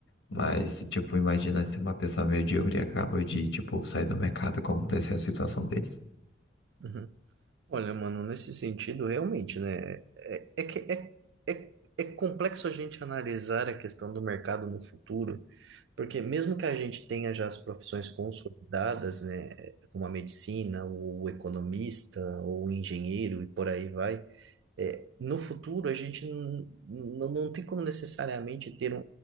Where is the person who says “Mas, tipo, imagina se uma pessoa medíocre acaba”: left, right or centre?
Left